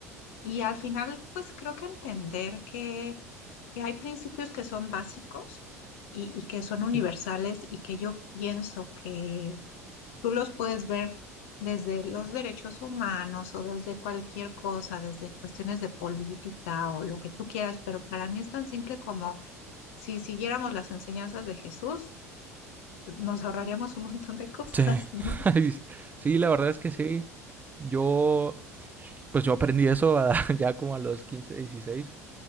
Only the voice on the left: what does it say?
Y al final, pues creo que entender que, que hay principios que son básicos y, y que son universales
y que yo pienso que tú los puedes ver desde los derechos humanos o desde cualquier cosa, desde cuestiones de política o lo que tú quieras, pero para mí es tan simple como si siguiéramos las enseñanzas de Jesús, nos ahorraríamos un montón de <laughs> cosas,
¿no?